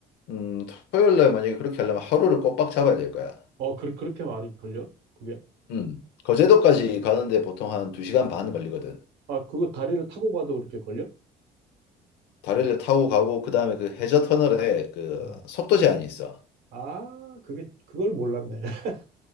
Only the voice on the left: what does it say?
음, 토요일 날 만약에 그렇게 하려면 하루를 꼬박 잡아야 될 거야.
음. 거제도까지 가는데 보통 한 2시간
반 걸리거든.
다리를 타고 가고 그다음에 그 해저 터널에 그
속도 제한이 있어.